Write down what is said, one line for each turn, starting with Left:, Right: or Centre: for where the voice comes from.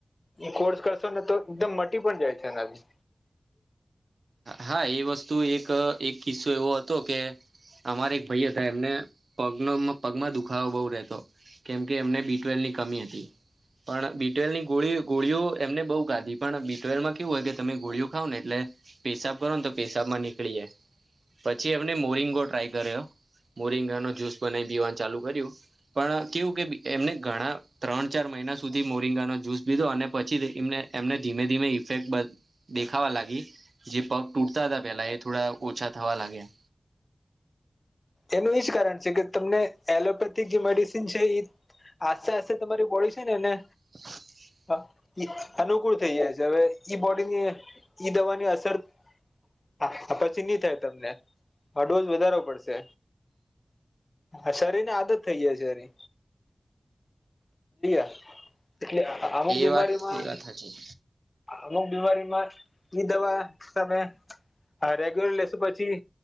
Left: હુ કોર્સ કરશો ને તો એકદમ મટી પણ જાય છે, એનાથી.
Right: હા, એ વસ્તુ એક -એક કિસ્સો એવો હતો કે. અમારે એક ભઈ હતા, એમને પગનો પગમાં દુખાવો બહુ રહેતો. કેમકે એમને બી ટ્વેલની કમી હતી. પણ બીટવેલની ગોળી ગોળીઓ એમને બહુ ગાધી, પણ બીટવેલમાં કેવું હોય કે, તમે ગોળીઓ ખાવ ને એટલે પેશાબ કરોને તો પેશાબમાં નીકળી જાય, પછી એમને મોરિંગો ટ્રાય કર્યો. મોરિંગા નો જુસ બનાવીને પીવાનું ચાલુ કર્યું. પણ કેવું કે એમને ઘણા, ત્રણ ચાર મહિના સુધી મોરિંગાનો જ્યુસ લીધો, અને પછી એમને એમને ધીમે ધીમે ઇફેક્ટ, બ દેખાવા લાગી. જે પગ તૂટતા હતા પેલા, એ થોડા ઓછા થવા લાગ્યા.
Left: એનું એજ કારણ છે કે, તમને એલોપે થી જે મેડિસન છે એ, આસ્તે આસ્તે તમારી બોડી છે, એને
Right: <inaudible>
Left: હ અનુકૂળ <inaudible> થઈ જાય છે હવે ઈ બોડીની ઈ દવાની અસર હા <inaudible> પછીની થાય તમને આ ડોઝ વધારો પડશે. હા શરીર ને આદત થઈ જાય. <unintelligible> એટલે <inaudible> અમુક
Right: એ
Left: બીમારીમાં
Right: વાત એ વાત સાચી
Left: અમુક <inaudible> બીમારીમાં ઈ દવા તમે હા રેગ્યુલર લેશુ પછી